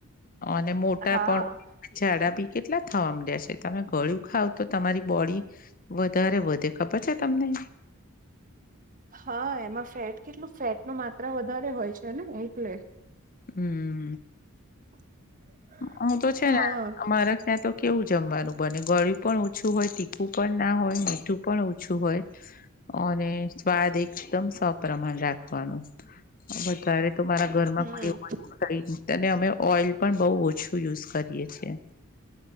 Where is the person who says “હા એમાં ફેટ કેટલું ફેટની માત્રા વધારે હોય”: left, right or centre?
Right